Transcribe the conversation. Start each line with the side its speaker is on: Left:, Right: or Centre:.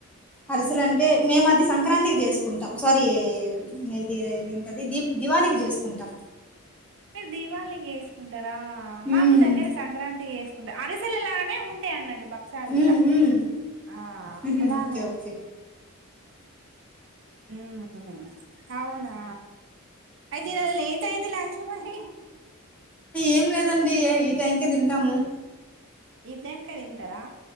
Centre: అరిసలు అంటే మేం మాది సంక్రాంతికి చేసుకుంటాం సారీ ఇది ఎది అది ఏంటది దీప్. దివాళికి చేసుకుంటాం‌.
Right: మీరు దీపాళికి చేసుకుంటారా. మాకు
Centre: ఉమ్
Right: దగ్గర సంక్రాంతికి చేసుకు అరిసెలులానే ఉంటాయి అన్నట్టు. బక్షాలు
Centre: ఉమ్
Right: కూడా
Centre: ఉమ్
Right: ఆహ్
Centre: ఉహు
Right: అలానే
Centre: ఓకే ఓకే
Right: ఉంటాయి. ఉమ్ అవునా. అయితే ఈ రోజు లేట్ అయింది లంచ్ కూడా.
Centre: ఏం లేదండి ఈ టైంకే తింటాము.
Right: ఈ టైం కే తింటారా.